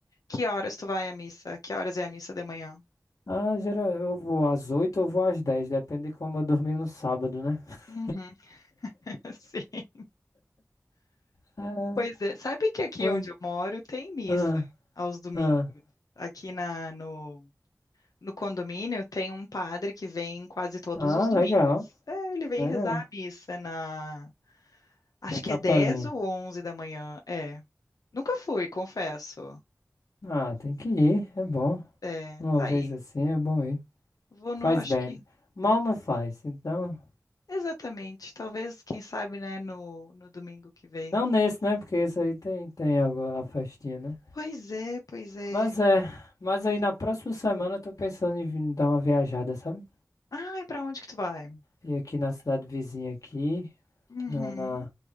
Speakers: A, on the left; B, on the left.
A: Que horas tu vai à missa? Que horas é a missa de manhã?
B: Ah, geral, eu vou às 8 ou vou às 10, depende de como eu dormir no sábado, né? <laughs>
A: Uhum, <laughs> sim.
B: Ah,
A: Pois é, sabe que aqui
B: mas.
A: onde eu moro tem missa
B: Ah,
A: aos domingos.
B: ah.
A: Aqui na, no, no condomínio tem um padre que vem quase todos
B: Ah,
A: os domingos.
B: legal.
A: É, ele vem
B: Legal.
A: rezar a missa na, acho
B: Na
A: que
B: capelinha.
A: é 10 ou 11 da manhã. É, nunca fui, confesso.
B: Ah, tem que ir, é bom.
A: É,
B: Uma
A: tá
B: vez
A: aí.
B: assim é bom ir.
A: Vou num,
B: Faz
A: acho
B: bem.
A: que,
B: Mal não faz, então.
A: exatamente, talvez, quem sabe, né, no, no domingo que vem.
B: Não nesse, né? Porque esse aí tem, tem algo, a festinha, né?
A: Pois é, pois é.
B: Mas é. Mas aí na próxima semana eu tô pensando em vir dar uma viajada, sabe?
A: Ai, pra onde que tu vai?
B: E aqui na cidade vizinha aqui.
A: Uhum.
B: Na, na,